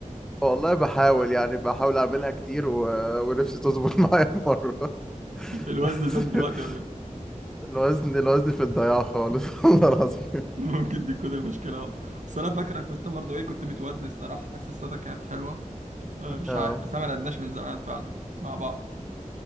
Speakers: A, in the centre; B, on the right.
A: والله بحاول يعني بحاول اعملها كتير و... ونفسي تظبط معايا في مرة
B: <laughs> الوزن
A: <laughs>
B: زاد دلوقتي ولا ايه؟
A: الوزن الوزن في الضياع خالص <laughs> والله العظيم
B: <laughs> ممكن دي تكون المشكله بقى بس انا فاكرك وانت برضه ايه كنت بتودي الصراحه اسيستاتك كانت حلوه ولا مش
A: اه
B: عارف بس انا ما لعبناش من زمان فعلا مع بعض